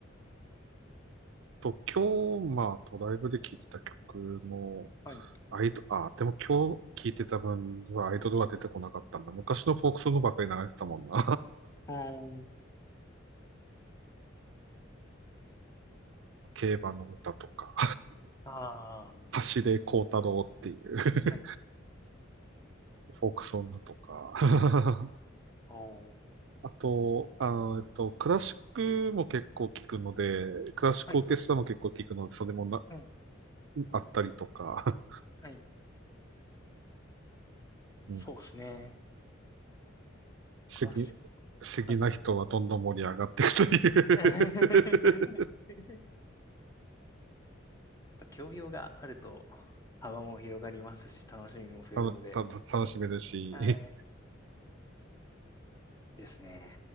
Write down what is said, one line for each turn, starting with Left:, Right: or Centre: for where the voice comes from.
Right: と、今日、まあ、ドライブで聴いてた曲の、
Left: はい。
Right: アイド、あ、でも今日聴いてた分にはアイドルは出てこなかったんだ。昔のフォークソングばっかり流れてたもんな。
Left: うん。
Right: <laughs> 競馬の歌とか、
Left: ああ、
Right: 橋で幸太郎っていう
Left: はい。
Right: <laughs> フォークソングとか。<laughs>
Left: おー
Right: あと、あの、えっと、クラシックも結構聴くので、クラシックオーケストラも結構聴くので、
Left: はい。
Right: それもな、
Left: はい。
Right: あったりとか、
Left: はい。
Right: <laughs> うん、
Left: そうですね。
Right: 好
Left: クラシック。
Right: き、好きな人はどんどん盛り上がっていくという
Left: はい。<laughs>
Right: <laughs>
Left: やっぱ教養があると幅も広がりますし、楽しみも増えるので、
Right: たのた <laughs> 楽しめるし、
Left: はい。ですね。